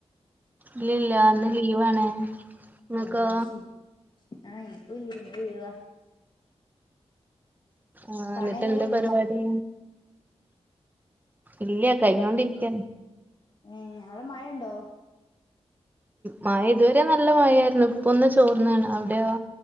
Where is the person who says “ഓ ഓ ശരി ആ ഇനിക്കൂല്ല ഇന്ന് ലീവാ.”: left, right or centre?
Left